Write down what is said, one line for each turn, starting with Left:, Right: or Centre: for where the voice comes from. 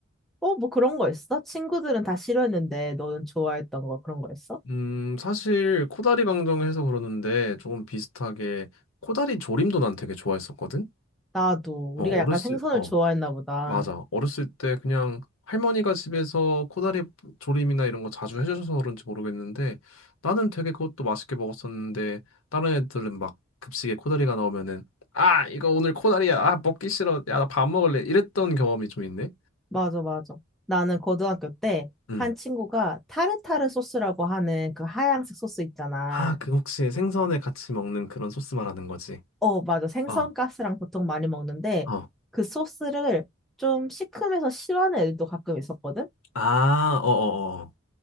Centre: 어, 뭐 그런 거 있어? 친구들은 다 싫어했는데 너는 좋아했던 거 그런 거 있어?
Left: 음, 사실 코다리 강정해서 그러는데 조금 비슷하게 코다리 조림도 난 되게 좋아했었거든.
Centre: 나도.
Left: 어,
Centre: 우리가
Left: 어렸을
Centre: 약간 생선을
Left: 어.
Centre: 좋아했나 보다.
Left: 맞아. 어렸을 때 그냥 할머니가 집에서 코다리 조림이나 이런 거 자주 해주셔서 그런지 모르겠는데 나는 되게 그것도 맛있게 먹었었는데 다른 애들은 막 급식에 코다리가 나오면은 아 이거 오늘 코다리야 아 먹기 싫어 야 나 밥 먹을래 이랬던 경험이 좀 있네.
Centre: 맞아, 맞아. 나는 고등학교 때
Left: 응.
Centre: 한 친구가 타르타르 소스라고 하는 그 하얀색 소스 있잖아.
Left: 아 그 혹시 생선에 같이 먹는 그런 소스 말하는 거지?
Centre: 어, 맞아. 생선가스랑
Left: 어,
Centre: 보통 많이 먹는데
Left: 어.
Centre: 그 소스를 좀 시큼해서 싫어하는 애들도 가끔 있었거든?
Left: 아, 어어어.